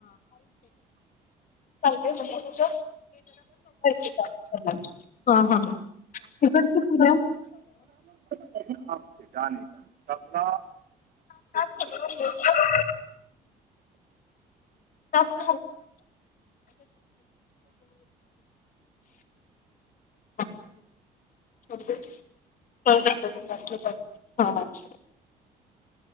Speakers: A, on the left (about 50°); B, on the right (about 60°).
A: सांगते म्हणजे <inaudible> तिकडचे पु
B: जाम जाणीलं तमना
A: अचछ आप <inaudible> ओके. हो अच्छा.